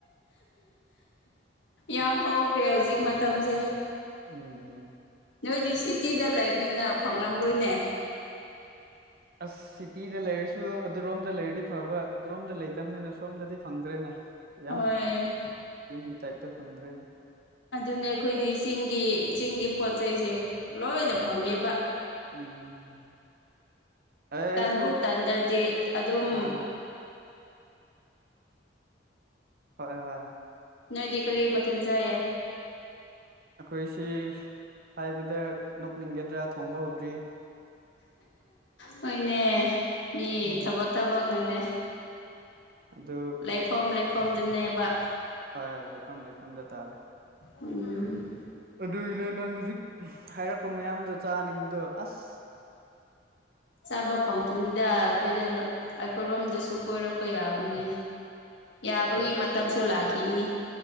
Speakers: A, on the left; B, on the right.
A: ꯌꯥꯝ ꯍꯧꯈ꯭ꯔꯦ ꯍꯧꯖꯤꯛ ꯃꯇꯝꯁꯦ
B: ꯎꯝ ꯎꯝ
A: ꯅꯣꯏꯗꯤ ꯁꯤ ꯁꯇꯤꯗ ꯂꯩꯕꯅꯤꯅ ꯐꯪꯂꯝꯔꯣꯏꯅꯦ
B: ꯑꯁ ꯁꯤꯇꯤꯗ ꯂꯩꯔꯁꯨ ꯑꯗꯨꯔꯣꯝꯗ ꯂꯩꯔꯗꯤ ꯐꯕ ꯑꯗꯨꯔꯣꯝꯗ ꯂꯩꯇꯕꯅꯤꯅ ꯁꯣꯝꯗꯗꯤ ꯐꯪꯗ꯭ꯔꯦꯅꯦ ꯌꯥꯝ
A: ꯍꯣꯏ
B: ꯌꯨꯝꯒꯤ ꯇꯥꯏꯞꯇ ꯐꯪꯗ꯭ꯔꯦꯅꯦ
A: ꯑꯗꯨꯅ ꯑꯩꯈꯣꯏꯗꯤ ꯆꯤꯡꯒꯤ ꯆꯤꯡꯒꯤ ꯄꯣꯠ ꯆꯩꯁꯦ ꯂꯣꯏꯅ ꯐꯪꯉꯦꯕ
B: ꯎꯝ ꯑꯦ
A: ꯇꯟꯕꯨ
B: ꯑꯩꯁꯨ
A: ꯇꯟꯗꯗꯤ ꯑꯗꯨꯝ
B: ꯍꯣꯏ ꯍꯣꯏ ꯍꯣꯢ
A: ꯅꯣꯏꯗꯤ ꯀꯔꯤ ꯃꯊꯦꯜ ꯆꯥꯢꯌꯦ
B: ꯑꯩꯈꯣꯏꯁꯤ ꯍꯥꯏꯕꯗ ꯅꯣꯛꯅꯤꯡꯒꯗ꯭ꯔꯥ ꯊꯣꯡꯕ ꯍꯧꯗ꯭ꯔꯤ
A: ꯍꯣꯏꯅꯦ ꯃꯤ
B: ꯎꯝ
A: ꯊꯕꯛ ꯊꯕꯛꯅꯅꯦ
B: ꯑꯗꯨ
A: ꯂꯩꯐꯝꯣꯝ ꯂꯩꯐꯝꯝꯗꯨꯅꯦꯕ
B: ꯍꯣꯏ ꯂꯩꯐꯝ ꯂꯩꯐꯝꯗꯇꯥꯥꯔꯦ
A: ꯎꯝ
B: ꯑꯗꯨꯏꯅ ꯅꯪ ꯍꯧꯖꯤꯛ ꯍꯥꯏꯔꯛꯄ ꯃꯌꯥꯝꯗꯣ ꯆꯥꯅꯤꯡꯕꯗꯣ ꯑꯁ
A: ꯆꯥꯕ ꯐꯪꯈꯤꯅꯤꯗ ꯑꯩꯈꯣꯏꯗ ꯑꯩꯈꯣꯏꯔꯣꯝꯗꯁꯨ ꯀꯣꯏꯔꯛꯄ ꯌꯥꯕꯅꯤ ꯌꯥꯕꯒꯤ
B: ꯌꯥꯏꯗ
A: ꯃꯇꯝꯁꯨ
B: ꯌꯥꯏꯗ
A: ꯂꯥꯛꯈꯤꯅꯤ